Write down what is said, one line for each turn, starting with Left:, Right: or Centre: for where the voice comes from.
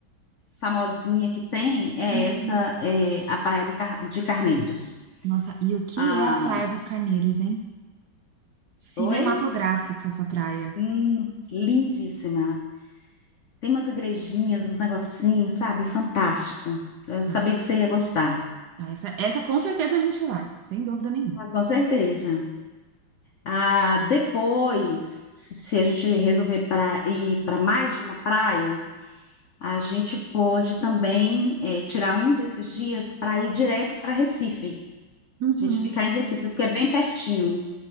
Left: famosinha que tem é
Right: uhum.
Left: essa, é, a Praia do Car- de Carneiros.
Right: Nossa, e o que
Left: Ah,
Right: é a Praia dos Carneiros, hein? Cinematográfica
Left: oi?
Right: essa praia.
Left: Hum, lindíssima. Tem umas igrejinhas, uns negocinhos, sabe? Fantástico. Eu
Right: Tá.
Left: sabia que você ia gostar.
Right: Ah, Essa, essa com certeza a gente vai, sem dúvida nenhuma.
Left: Ah, Com certeza. Ah, depois, se se a gente resolver pra- ir para mais de uma praia, a gente pode também eh, tirar um desses dias para ir direto para Recife.
Right: Uhum.
Left: A gente ficar em Recife, porque é bem pertinho,